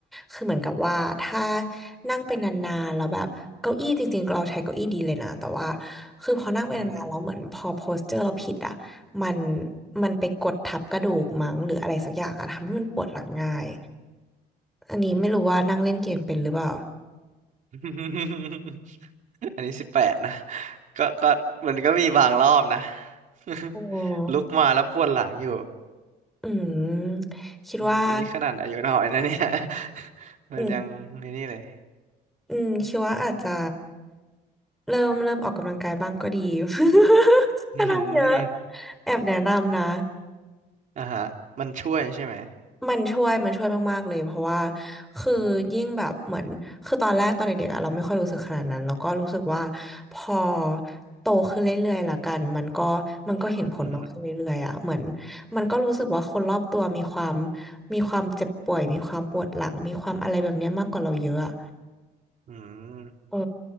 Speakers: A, in the centre; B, on the right.
A: คือเหมือนกับว่าถ้านั่งไปนานๆแล้วแบบเก้าอี้จริงๆเราใช้เก้าอี้ดีเลยนะแต่ว่าคือพอนั่งไปนานๆแล้วเหมือนพอโพสเจอร์เราผิดอ่ะมัน
B: อือหือ
A: มันไปกดทับกระดูกมั้งหรืออะไรสักอย่างอ่ะทำให้มันปวดหลังง่ายอันนี้ไม่รู้ว่านั่งเล่นเกมเป็นหรือเปล่า
B: <laughs> อันนี้สิบแปดนะก็ก็มันก็มีบางรอบนะ <laughs>
A: อ๋อ
B: ลุกมาแล้วปวดหลังอยู่
A: อืมคิดว่า
B: อืมอันนี้ขนาดอายุน้อยนะเนี่ย <laughs> มันยังไม่นี่เลย
A: อืม อืมคิดว่าอาจจะเริ่มเริ่มออกกำลังกายบ้างก็ดี <laughs>
B: อือหือ
A: ถ้านั่งเยอะแอบแนะนำนะ
B: อ่าฮะมันช่วยใช่ไหม
A: มันช่วยมันช่วยมากๆเลยเพราะว่าคือยิ่งแบบเหมือนคือตอนแรกตอนเด็กๆอะเราไม่ค่อยรู้สึกขนาดนั้นแล้วก็รู้สึกว่าพอโตขึ้นเรื่อยๆละกันมันก็มันก็เห็นผลมากขึ้นเรื่อยๆอะเหมือน
B: อือหือ
A: มันก็รู้สึกว่าคนรอบตัวมีความมีความเจ็บป่วยมีความปวดหลังมีความอะไรแบบเนี้ยมากกว่าเราเยอะอะ
B: อืม
A: เออ